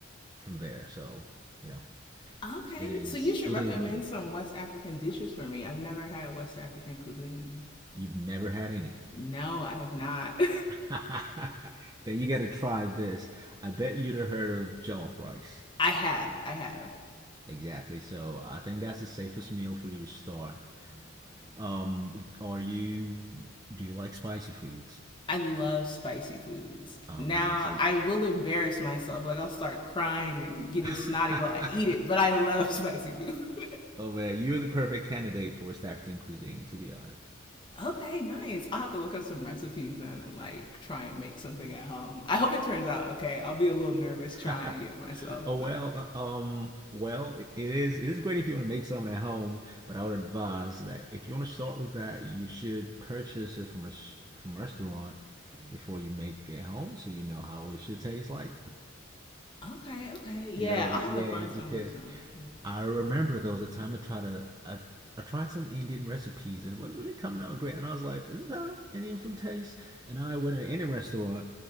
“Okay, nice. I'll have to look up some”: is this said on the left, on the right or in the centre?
Left